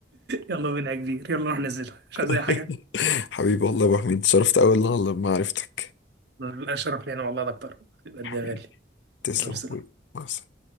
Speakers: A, on the right; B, on the left.
A: يلا بينا يا كبير يلا نروح ننزلها مش
B: <laughs>
A: عايز اي حاجه
B: حبيبي والله يا ابو حميد اتشرفت اوي والله لما عرفتك
A: لا شرف لينا والله ده اكتر يبقى قلبي
B: حبيبي
A: يا غالي
B: تسلم
A: يلا سلام
B: أخوي مع السلامة